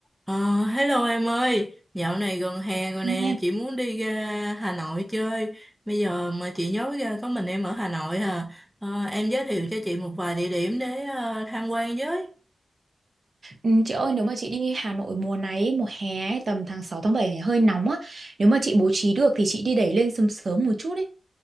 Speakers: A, in the centre; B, on the right (about 55°).
A: Ờ, hello em ơi, dạo này gần hè rồi nè,
B: Nha.
A: chị muốn đi ra Hà Nội chơi. Bây giờ mà chị nhớ ra có mình em ở Hà Nội à. Ờ, em giới thiệu cho chị một vài địa điểm để ờ, tham quan với.
B: Ừ, Chị ơi nếu mà chị đi Hà Nội mùa này ấy, mùa hè ấy, tầm tháng 6 tháng 7 này hơi nóng á nếu mà chị bố trí được thì chị đi đẩy lên sớm sớm một chút ấy